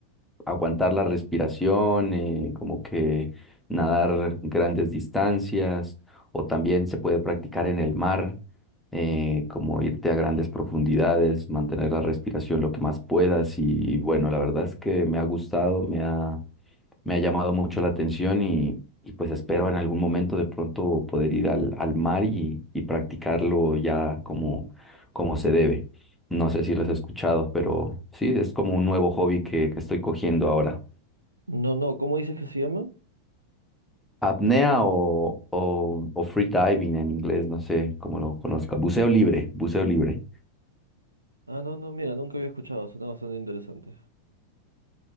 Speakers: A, in the centre; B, on the right (about 85°).
A: aguantar la respiración, eh, como que nadar grandes distancias o también se puede practicar en el mar, eh, como irte a grandes profundidades, mantener la respiración lo que más puedas y bueno, la verdad es que me ha gustado, me ha, me ha llamado mucho la atención y, y, pues espero en algún momento de pronto poder ir al, al mar y, y practicarlo ya como, como se debe. No sé si lo has escuchado, pero sí, es como un nuevo hobby que que estoy cogiendo ahora.
B: No, no, ¿cómo dices que se llama?
A: Apnea o, o, o free diving en inglés, no sé cómo lo conozca. Buceo libre, buceo libre.
B: Ah, no, no, mira, nunca había escuchado, suena bastante interesante.